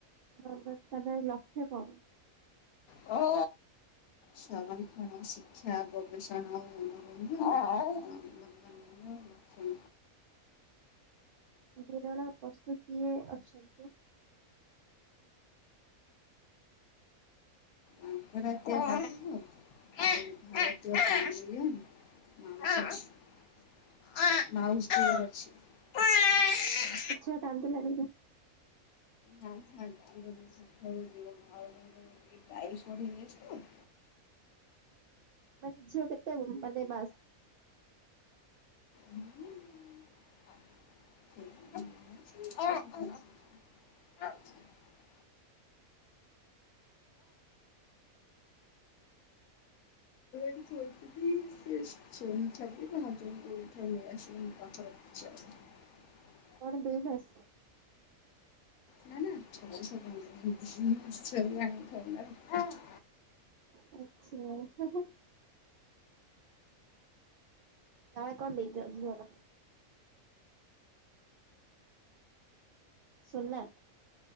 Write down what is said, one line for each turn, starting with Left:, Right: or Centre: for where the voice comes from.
Right: <inaudible> ତା ହେଲେ ଲକ୍ଷ୍ୟ କଣ?
Left: ହଁ। ସଂରକ୍ଷଣ ଶିକ୍ଷା ଗବେଷଣା ମନୋ ରଞ୍ଜନ <inaudible>
Right: ବିରଳ ପ୍ରସ୍ତୁତିଏ <inaudible>
Left: <inaudible> ବାଘ ଆଉ ଭାରତୀୟ। <inaudible> ମାଉସୀ ଛି ମାଉସୀ ଅଛି।
Right: ଏ ଛୁଆ କାନ୍ଦିଲାଣି।
Left: ଚାଙ୍କୁ ଚାଙ୍କୁ କାନ୍ଦୁନୀ ସେ ଖେଳୁଛି ମୋ ଭାଉଜଙ୍କ ଟିକେ ଟାଇମ ବଢ଼ି ଯାଇଛି ତ। <inaudible>
Right: ମାନେ ଝିଅ କେତେ ବଡ ମାନେ ମାସ
Left: ହୁଁ <unintelligible> ମୁଁ ଶୋଇଥିଲି ସେ ଶୋଇ ନଥିଲା ବୋଲି ହୋଯବେଣ୍ଟ ଠୁ ନେଇ ଆସି ମୁଁ ପାଖରେ ରଖିଛି ଆଉ। ହ
Right: କଣ ଦେଇ ବସ
Left: ନା ନା ଛଅ ସାତ ମାସର ଦୁଇ ମାସ ଛୁଆ କୁ ଆଣି ଥୋଡୀ ନା ରଖି ପାରିବି।
Right: ଆଛା ହା ହା। ତା କଣ ନିଜ ଝିଅର? ସୋନା।